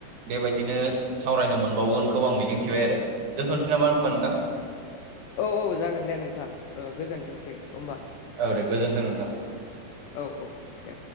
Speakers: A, on the right (about 60°); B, on the left (about 85°).
A: बेबायदिनो सावरायनो मोनबावगोनखौ आं मिजिंथिबाय आरो। दोनथ'नोसै नामा होनबा नोंथां?
B: औ औ जागोन दे नोंथां ओ गोजोन्थोंसै होमबा।
A: औ दे गोजोन्थों नोंथां।
B: औ औ। दे